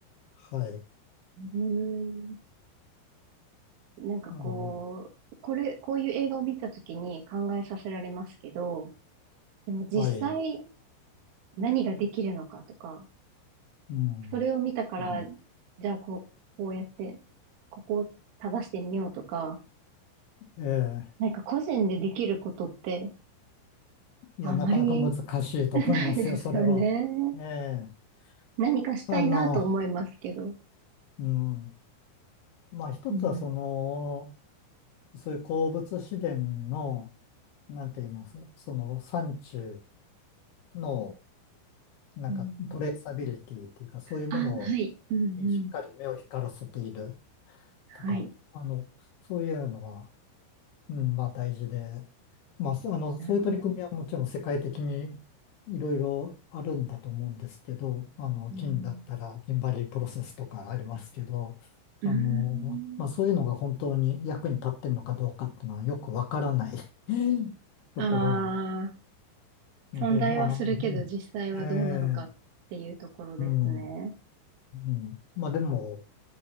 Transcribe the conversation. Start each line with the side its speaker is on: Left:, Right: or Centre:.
Left: はい。
Right: うーんなんかこう、
Left: あの、
Right: これ、こういう映画を見たときに考えさせられますけど、でも実際
Left: はい。
Right: 何ができるのかとか、
Left: うん。
Right: それを見たから、
Left: <clears throat>
Right: じゃあこう、こうやって、ここを正してみようとか、
Left: ええ。
Right: なんか個人でできることって
Left: いや、
Right: あんまり
Left: なかなか難しいと思いますよ、
Right: <laughs> ないですよね。
Left: それは。ええ。
Right: 何かしたいなと思いますけど。
Left: あの、うん。まあ一つはその、
Right: うん。
Left: そういう鉱物資源の、なんて言います、その産地の、なんかトレーサビリティっていうか、
Right: うん。
Left: そういうもの
Right: あ、はい。うんうん。
Left: にしっかり目を光らせている
Right: はい。
Left: とか、あの、そういうのは、うん、まあ大事で、まあ、そあの、
Right: なるほど。
Left: そういう取り組みはもちろん世界的にいろいろあるんだと思うんですけど、あの、
Right: うん。
Left: 金だったら、金バリープロセスとかありますけど、
Right: うん。
Left: あの、まあそういうのが本当に役に立ってんのかどうかっていうのはよくわからない <laughs> ところ
Right: ああ。
Left: なので、
Right: 存在はするけど実際はどうなのかっていうところですね。
Left: まあ、うんええうん。うん、まあでも、